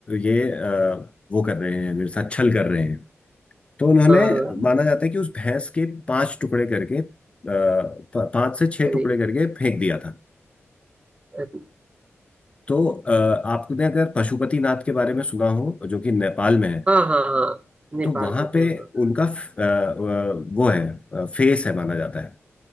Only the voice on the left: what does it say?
ये अ, वो कर रहे हैं मेरे साथ छल कर रहे हैं तो उन्होंने
माना जाता है कि उस भैंस के पांच टुकड़े करके अ, प- पांच से छह
टुकड़े करके फेंक दिया था
तो अ, आपने अगर पशुपति नाथ के बारे में सुना हो जो कि नेपाल में है
तो वहां
पे
उनका फ- अ, अ, वो है फेस है माना जाता है